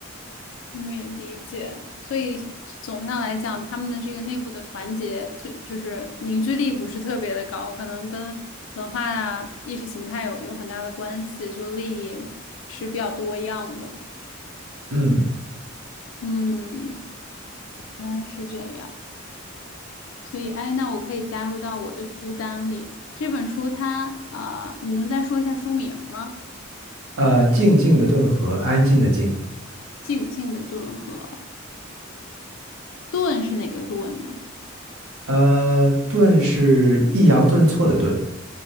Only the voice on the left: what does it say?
没理解，所以总上来讲，他们的这个内部的团结，对，就是凝聚力不是特别的高，可能跟文化啊、意识形态有有很大的关系，就利益是比较多样的。
嗯，原来是这样，所以哎，那我可以加入到我的书单里。这本书它啊、你能再说一下书名吗？
《静静的顿河》，顿是哪个顿呢？